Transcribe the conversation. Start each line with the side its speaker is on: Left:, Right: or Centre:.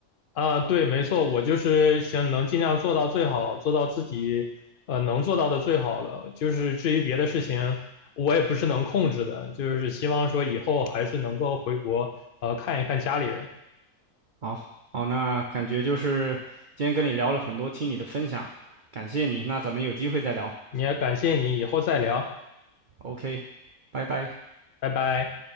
Left: 啊。对，没错，我就是想能尽量做到最好，做到自己呃能做到的最好了。就是至于别的事情，我也不是能控制的，就是希望说以后还是能够回国呃看一看家里人。
Right: 好好，那感觉就是今天跟你聊了很多，听你的分享，感谢你，那咱们有机会再聊
Left: 也感谢你，以后再聊，
Right: ，OK，拜拜。
Left: 拜拜。